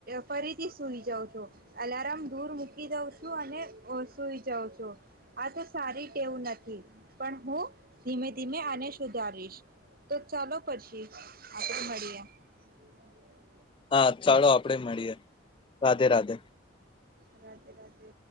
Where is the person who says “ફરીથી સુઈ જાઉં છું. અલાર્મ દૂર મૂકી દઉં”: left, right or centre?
Right